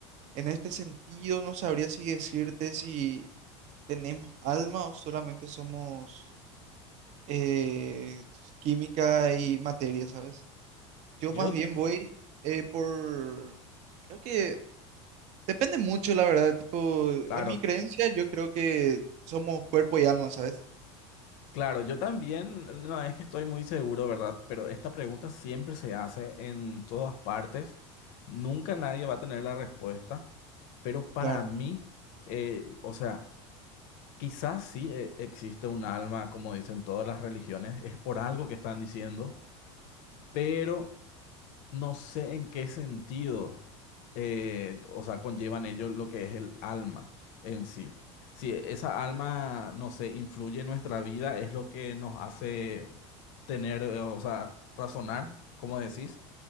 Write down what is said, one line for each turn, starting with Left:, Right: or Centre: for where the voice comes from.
Right: En este sentido, no sabría si decirte si tenemos alma o solamente somos eh, química y materia, ¿sabes? Yo
Left: Yo,
Right: más bien voy eh, por... Creo que depende mucho, la verdad. Tipo, en
Left: claro,
Right: mi creencia yo creo que somos cuerpo y alma, ¿sabes?
Left: claro, yo también, no es que estoy muy seguro, ¿verdad? Pero esta pregunta siempre se hace en todas partes. Nunca nadie va a tener la respuesta. Pero para
Right: Claro,
Left: mí, eh, o sea, Quizás sí eh, existe un alma, como dicen todas las religiones, es por algo que están diciendo, pero no sé en qué sentido, eh, o sea, conllevan ellos lo que es el alma en sí. Si esa alma, no sé, influye en nuestra vida, es lo que nos hace tener, eh, o sea, razonar, como decís,